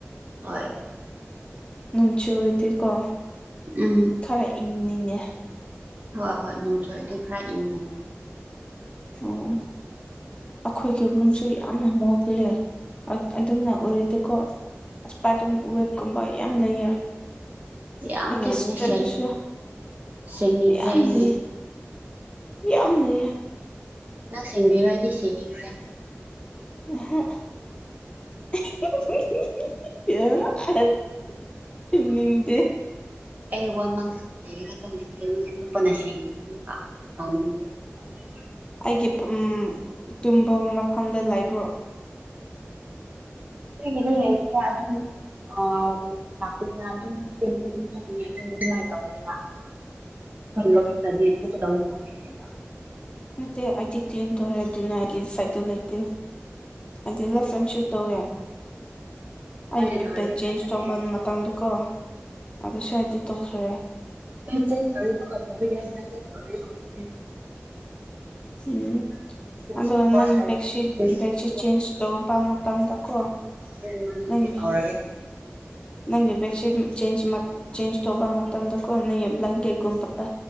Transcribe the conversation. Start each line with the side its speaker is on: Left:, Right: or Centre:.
Right: ꯍꯣꯏ
Left: ꯅꯨꯝꯆꯨꯑꯗꯤꯀꯣ
Right: ꯎꯝ
Left: ꯈꯔ ꯏꯪꯅꯤꯡꯉꯦ
Right: ꯍꯣ ꯍꯣꯏ ꯅꯣꯡ ꯆꯨꯔꯗꯤ ꯈꯔ ꯏꯪꯕꯅꯦ
Left: ꯑꯣ ꯑꯈꯣꯏꯒꯤ ꯔꯨꯝꯁꯨ ꯌꯥꯝꯅ ꯃꯣꯂꯦ ꯑ ꯑꯗꯨꯝꯅ ꯎꯔꯗꯤꯀꯣ ꯏꯁꯄꯥꯥꯏꯇꯝ ꯎ ꯋꯦꯕꯀꯨꯝꯕ ꯌꯥꯝ ꯂꯩꯌꯦ
Right: ꯌꯥꯝ
Left: <unintelligible>
Right: ꯂꯩꯕꯅꯦ ꯁꯦꯡ
Left: ꯁꯨ
Right: ꯁꯦꯡꯅꯤꯡꯗ꯭ꯔꯦ
Left: ꯌꯥꯝ
Right: ꯑꯩꯗꯤ
Left: ꯂꯩꯌꯦ ꯌꯥꯝ ꯂꯩꯌꯦ
Right: ꯅꯪ ꯁꯦꯡꯕꯤꯔꯣꯏꯗꯤ ꯁꯦꯡꯅꯤꯡꯗꯦ
Left: <unintelligible> ꯁꯤꯅꯤꯡꯗꯦ
Right: ꯑꯩ <unintelligible> ꯃꯤ ꯑꯇꫭꯞꯄꯅ <unintelligible> ꯑꯃꯨꯛꯀ ꯇꯧꯅꯤꯡꯗ꯭ꯔꯦꯕ ꯑꯝꯇ
Left: ꯑꯩꯒꯤ ꯎꯝ ꯇꯨꯝꯕ ꯃꯐꯝꯗ ꯂꯩꯕ꯭ꯔꯣ
Right: ꯑꯩꯒꯤꯗꯤ ꯂꯩꯇꯦꯗ ꯑꯗꯨ <unintelligible> ꯑꯗꯨꯝ ꯃꯆꯦ ꯃꯆꯦ ꯑꯗꯨꯝ <unintelligible> ꯑꯈꯣꯏꯗꯤ ꯑꯗꯨꯝꯃꯥꯏꯅ ꯇꯧꯗꯦꯕ ꯑꯩꯈꯣꯏ ꯂꯧꯕꯨꯛꯇꯗꯤ ꯊꯣꯛꯀꯗꯧ ꯃꯐꯝ ꯂꯩꯇꯦꯕ
Left: ꯅꯠꯇꯦ ꯑꯩꯗꯤ ꯀ꯭ꯂꯤꯟ ꯇꯧꯔꯦ ꯑꯗꯨꯅ ꯑꯩꯗꯤ ꯁꯥꯏꯠꯇ ꯂꯩꯇꯦ <unintelligible> ꯇꯧꯋꯦ
Right: ꯅꯣꯏꯅ
Left: ꯑꯌꯨꯛꯇ
Right: ꯇꯧꯔꯗꯤ
Left: ꯆꯦꯟꯖ
Right: ꯐꯖꯔꯦ
Left: ꯇꯧꯕ ꯃꯇꯝꯗ ꯀꯣ ꯑꯗꯨ ꯁ꯭ꯋꯥꯏꯗꯤ ꯇꯧꯈ꯭ꯔꯦ
Right: <unintelligible> ꯇꯧꯅꯤꯡꯗꯦ
Left: ꯎꯝ
Right: ꯕꯦꯠꯁꯤꯠ
Left: ꯑꯗꯣ
Right: ꯋꯥꯁ
Left: ꯅꯪ
Right: ꯇꯧ
Left: ꯕꯦꯛꯁꯤ
Right: ꯕꯦꯠꯁꯤꯠ
Left: ꯕꯦꯛꯁꯤ ꯆꯦꯟꯖ ꯇꯧꯕ ꯃꯇꯝꯗꯀꯣ
Right: <unintelligible>
Left: ꯅꯪ
Right: ꯇꯤꯀꯦꯠ ꯐꯥꯎꯔꯒꯦ
Left: ꯅꯪꯒꯤ ꯕꯦꯛꯁꯤꯠ ꯆꯦꯟꯖ ꯃꯛ ꯆꯦꯟꯖ ꯇꯧꯕ ꯃꯇꯝꯗꯀꯣ ꯅꯪꯒꯤ ꯕ꯭ꯂꯥꯡꯀꯦꯠ ꯀꯨꯝꯕ